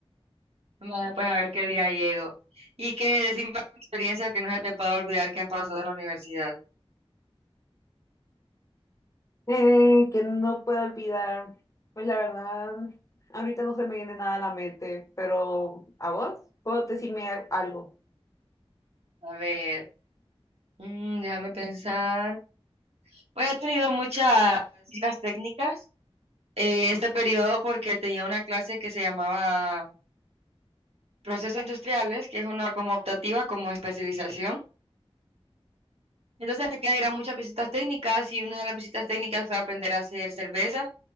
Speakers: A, on the right; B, on the left.
A: Vaya, Pues a ver qué día llego. Y que decime alguna experiencia que no se te pueda olvidar que has pasado en la universidad.
B: Eh, que no puedo olvidar, pues la verdad, ahorita no se me viene nada a la mente, pero ¿a vos? ¿Puedo decirme a- algo?
A: A ver. Mm, déjame pensar. Pues he tenido muchas las técnicas eh, este periodo porque tenía una clase que se llamaba Procesos Industriales, que es una como optativa, como especialización. Entonces requiere ir a muchas visitas técnicas y una de las visitas técnicas fue aprender a hacer cerveza